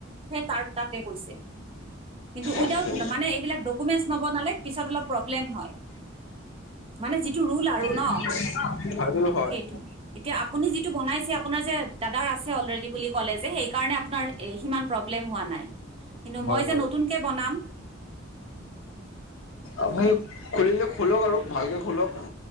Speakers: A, on the right (about 30°); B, on the left (about 80°).
A: ‌সেই তাৰ তাতে গৈছে। কিন্তু, ওইদাওত
B: অকে
A: মানে, এইবিলাক ডকুমেণ্ট নবনালে পিছত অলপ প্ৰবলেম হয়, মানে‌ যিটো ৰুল আৰু। ন
B: <unintelligible> হয়।
A: সেইটো এতিয়া আপুনি যিটো বনাইছে আপোনাৰ দাদাৰ আছে অলৰেডি বুলি ক'লে যে, সেই কাৰণে আপোনাৰ সিমান প্ৰব্লেম হোৱা নাই। কিন্তু,
B: হয়
A: মই যে
B: হয়
A: নতুনকে বনাম।
B: আপুনি
A: এ,
B: খুলিলে খোলক আৰু ভালকৈ খোলক।